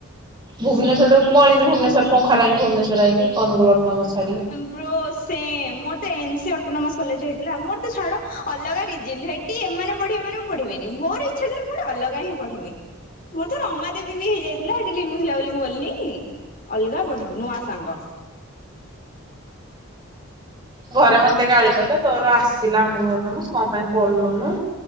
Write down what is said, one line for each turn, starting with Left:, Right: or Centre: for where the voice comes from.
Right: ଭୁବନେଶ୍ୱର ମୁଁ ଏମିତି ଭୁବନେଶ୍ୱର ପଙ୍ଖ ଲାଗି ଭୁବନେଶ୍ୱର ଆଇଲି ଅନୁଗୁଳ ଅଟୋନମସ ଛାଡ଼ି।
Left: ମୋର ସେମ ମୋର ତ ଏନ ସି ଅଟୋନୋମସ କଲେଜ ହେଇଥିଲା ମୋର ତ ଛାଡ ଅଲଗା ରିଜିନ ହେ ଟି ଏମାନେ ପଢିବ ମାନେ ମୁଁ ପଢିବିନି ମୋର ଇଚ୍ଛା ଥିଲା ମୁଁ ଗୋଟେ ଅଲଗା ହିଁ ପଢିବି। ମୋର ତ ରମାଦେବୀ ବି ହେଇଯାଇଥିଲା ହେଠି ଲିନୁ ଥିଲାବୋଲି ମୁଁ ଗଲିନି। ଅଲଗା ପଢିବି ନୂଆ ସାଙ୍ଗ।
Right: ଘରେ ମତେ ଗାଳି କଲେ ତୋର ଆସିଲା ଅନୁଗୁଳ ଅଟନମସ କଣ ପାଇଁ ପଡିଲୁନୁ